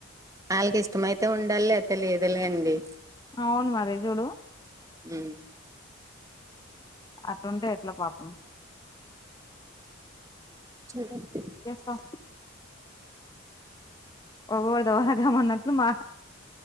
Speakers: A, on the right (about 15°); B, on the left (about 20°).
A: వాళ్కి ఇష్టమయితే ఉండాలి లేతే లేదులే అండి
B: ఔను మరి చూడు
A: ఉమ్
B: ఆటుంటే ఎట్లా పాపం
A: <inaudible>
B: వ ఓవర్డు ఒకరకం ఉన్నట్లు మా